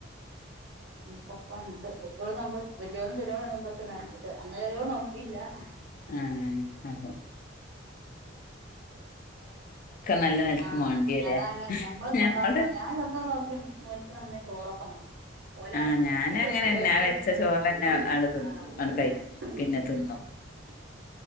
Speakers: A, on the right; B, on the left.
A: ഇപ്പൊക്ക ഒണ്ട് <unintelligible> ൾ വെല്ല്യേളും ചെറ്യോളും നോമ്പൊറ്റ്ണ് അന്നെ ചെറ്യോള് നോറ്റിയില്ല <unintelligible>
B: ആഹ് അപ്പൊ നല്ല നെൽക്ക്
A: ആഹ്
B: മാണ്ട്യല്ലേ
A: അതാണ് ഞമ്മൾ
B: ഞമ്മള്
A: സ്വന്തം ആകുമ്പോ ഞാൻ സ്വന്തം നോക്കി നോൽക്ക്ണന്ന് ചോറൊക്കെ മതി ഓലൊവുമ്പൊ
B: ആഹ് ഞാനങ്ങനെന്നെ ആ വെച്ച ചോറന്നെ
A: <unintelligible>
B: ആണ്ട് തിന്നും
A: ആഹ്
B: ആണ്ട് കഴിക്കും
A: <unintelligible>
B: പിന്നെ തിന്നും
A: <inaudible>